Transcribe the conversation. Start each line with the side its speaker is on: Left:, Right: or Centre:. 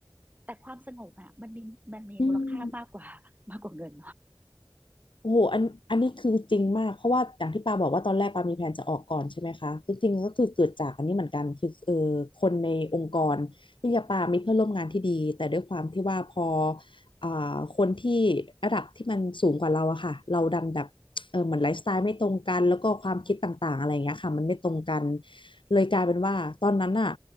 Right: แต่ความสงบอ่ะมันมีมันมีมูลค่ามากกว่ามากกว่าเงิน
Left: อืม โอ้โหอันอันนี้คือจริงมากเพราะว่าอย่างที่ปาบอกว่าตอนแรกปามีแผนจะออกก่อนใช่ไหมคะคือจริงๆก็คือเกิดจากอันนี้เหมือนกันคือเออคนในองค์กรที่ยาปามีเพื่อนร่วมงานที่ดีแต่ด้วยความที่ว่าพออ่าคนที่ระดับที่มันสูงกว่าเราอะค่ะเราดันแบบเออเหมือนไลฟ์สไตล์ไม่ตรงกันแล้วก็ความคิดต่างๆอะไรอย่างเงี้ยค่ะมันไม่ตรงกันเลยกลายเป็นว่าตอนนั้นอะ